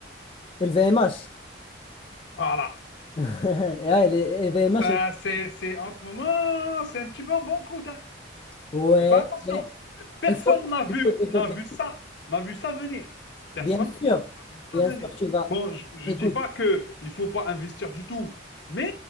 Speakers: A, on the left; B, on the left.
A: LVMH?
B: voilà,
A: <laughs> Et ouais, les LVMH,
B: ça, c'est, c'est, en ce moment, c'est un petit peu en bon croûte, hein.
A: Ouais,
B: Faut faire attention.
A: mais
B: Personne
A: il faut,
B: n'a vu,
A: il faut t'écouter.
B: n'a vu ça, n'a vu ça venir. Personne
A: Bien sûr,
B: n'a vu ça
A: bien
B: venir.
A: sûr, tu vas.
B: Bon, je, je
A: Écoute,
B: dis pas que il faut pas investir du tout, mais